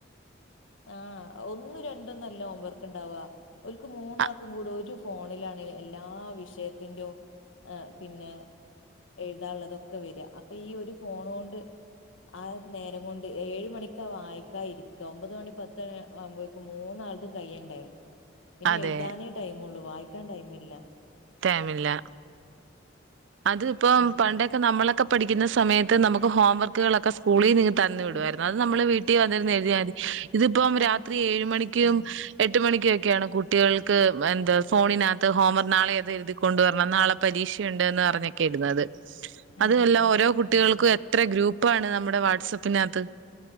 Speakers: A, on the left; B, on the right.
A: ആഹ് ഒന്നും രണ്ടന്നല്ല ഹോവർക്കുണ്ടാവാ ഒക്ക് മൂന്ന
B: അ-
A: ആക്കും കൂട ഒരു ഫോണിലാണ് എല്ലാ വിഷയത്തിൻ്റൊ പിന്നെ എഴുതാനുള്ളതൊക്കെ വരിക അപ്പൊ ഈ ഒരു ഫോൺ കൊണ്ട് ആഹ് നേരം കൊണ്ട് ഏഴ് മണിക്കാ വായിക്കാ ഇരിക്ക ഒമ്പത് മണി പത്തണ ആവുമ്പോക്കും മൂന്നാത്തും കയ്യണ്ടേ പിന്നെ
B: അതെ
A: എഴുതാന ടൈം ഉള്ളൂ വായിക്കാൻ ടൈമില്ല
B: ടൈമില്ല അത്പ്പം
A: ഉം
B: പണ്ടൊക്കെ നമ്മളൊക്കെ പഠിക്കുന്ന സമയത്ത് നമുക്ക് ഹോം വർക്കുകളൊക്കെ സ്കൂളിൽ നിന്ന് തന്നു വിടുമായിരുന്നു അത് നമ്മൾ വീട്ടിൽ വന്നിരുന്നു എഴുതിയാൽ മതി ഇതിപ്പം രാത്രി ഏഴ് മണിക്കും
A: ഉം
B: എട്ട് മണിക്കൊക്കെയാണ് കുട്ടികൾക്ക് എന്താ ഫോണിനകത്ത് ഹോംവർ നാളെഏതത് എഴുതിക്കൊണ്ടുവരണം നാളെ പരീക്ഷയുണ്ട്ന്ന് അറിഞ്ഞൊക്കെ ഇടുന്നത്
A: ഉം
B: അതല്ലാം
A: ഉം
B: ഓരോ കുട്ടികൾക്കും
A: ഉം
B: ഇത്ര ഗ്രൂപ്പാണ് നമ്മുടെ വാട്സപ്പിനകത്ത്